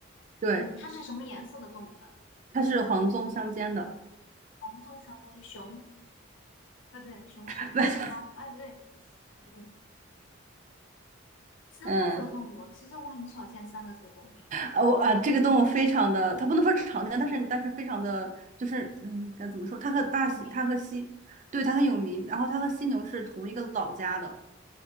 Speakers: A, on the right (about 35°); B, on the left (about 65°).
A: 对，
B: 嗯，它是什么颜色的动物呢？
A: 它是黄棕相间的，
B: 黄棕长颈熊，哎，不对，熊是大熊猫，
A: <laughs> 不是。
B: 哎，不对，不对，三个字的动物，
A: 嗯，
B: 其实我很少见三个字的动物诶，
A: 哦啊，这个动物非常的，它不能说常见，但是但是非常的，就是嗯，该怎么说？它和大西，
B: 有名，
A: 它和西，对，它很有名。然后它和犀牛是同一个老家的。